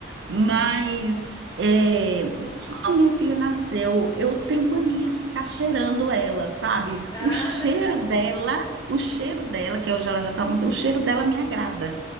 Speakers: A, on the right; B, on the left.
A: Mas
B: Ah,
A: é, quando minha filha nasceu, eu tenho mania de ficar cheirando ela, sabe?
B: Ah,
A: O cheiro
B: <laughs>
A: dela, o cheiro dela, que hoje ela já está almoçando, o cheiro dela me agrada.